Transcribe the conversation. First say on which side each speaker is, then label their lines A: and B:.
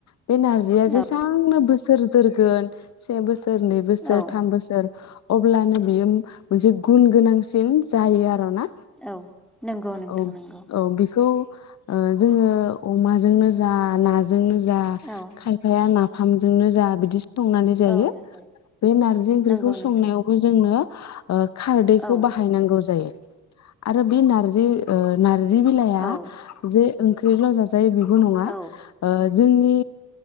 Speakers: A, on the left; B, in the centre.
A: बे नारजिया जेसांनो
B: औ
A: बो सोर जोरोगोन से बोसोर, नै बोसोर,
B: औ
A: थाम बोसोर अब्लानो बियो मोनसे गुन गोनांसिन जायो आरो ना
B: औ नंगौ नोंथां,
A: औ
B: नंगौ।
A: औ बेखौ ओ जोङो अमाजोंनो जा, नाजोंनो जा,
B: औ
A: खायफाया ना फामजोंनो जा, बिदि संनानै जायो।
B: औ नंगौ
A: बे नारजि ओंख्रिखौ
B: नंगौ नोंथां
A: संनायावबो जोंनो ओ खारदैखौ
B: औ
A: बाहायनांगौ जायो। आरो बे नारजि ओ नारजि बिलाइआ
B: औ
A: जे ओंख्रिल' जाजायो जाय बि बेल नङा
B: औ
A: ओ जोंनि